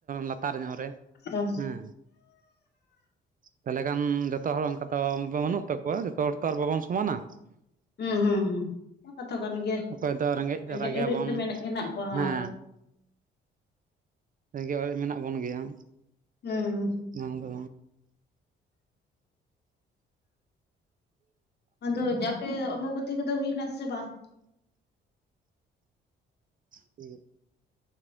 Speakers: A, on the right; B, on the left.
A: ᱞᱟᱛᱟᱨ ᱧᱚᱜ ᱨᱮ
B: ᱦᱩᱸ
A: ᱦᱮᱸ ᱛᱟᱦᱚᱞᱮ ᱠᱷᱟᱱ ᱡᱚᱛᱚ ᱦᱚᱲ ᱚᱱᱠᱟ ᱫᱚ ᱵᱟᱹᱱᱩᱜ ᱛᱟᱠᱚᱣᱟ ᱡᱚᱛᱚ ᱦᱚᱲ ᱛᱚ ᱟᱨ ᱵᱟᱵᱚᱱ ᱥᱚᱢᱟᱱᱟ
B: ᱦᱩᱸ ᱦᱩᱸ ᱦᱩᱸ ᱡᱚᱛᱚ ᱠᱟᱱ ᱜᱮ
A: ᱚᱠᱚᱭ ᱫᱚ
B: ᱨᱮᱸᱜᱮᱡ
A: ᱡᱟᱞᱟ ᱜᱮᱭᱟᱵᱚᱱ
B: ᱚᱨᱮᱡ ᱫᱚ ᱢᱮᱱᱮᱜ ᱢᱮᱱᱟᱜ ᱠᱚᱣᱟ ᱦᱟ
A: ᱦᱮᱸ ᱨᱮᱸᱜᱮ ᱚᱲᱮᱡ ᱢᱮᱱᱟᱜ ᱵᱚᱱ ᱜᱮᱭᱟ
B: ᱦᱩᱸ
A: ᱱᱫᱚ
B: ᱟᱫᱚ ᱡᱟᱛᱮ ᱚᱢᱵᱚᱵᱛᱤ ᱠᱚᱫᱚ ᱦᱩᱭᱱᱟ ᱥᱮ ᱵᱟᱝ
A: ᱴᱷ <unintelligible>